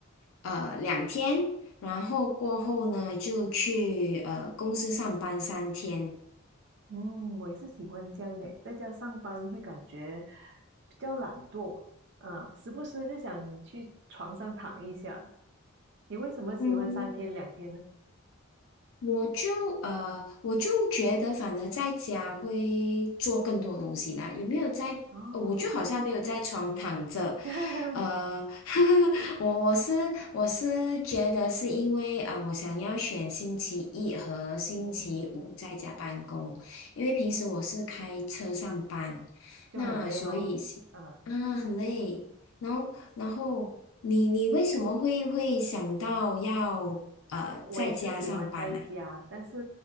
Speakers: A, on the left; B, on the right.
A: 呃，两天，然后过后呢就去呃公司上班三天。
B: 嗯，我也是喜欢这样的，在家上班会感觉比较懒惰，啊，时不时就想去床上躺一下。你为什么喜欢三天两天呢？
A: 嗯，我就呃，我就觉得，反而在家会做更多东西啦。有没有在？
B: 哦，
A: 呃我就好像没有在床躺着，
B: <laughs>
A: 呃，<laughs> 我我是我是觉得是因为啊、呃我想要选星期一和星期五在家办公，
B: 嗯，
A: 因为平时我是开车上班，
B: 就很累哦，
A: 那所以是啊很累。
B: 嗯。
A: 然后然后你你为什么会会想到要呃在家上班呢、
B: 我也是喜欢在家，但是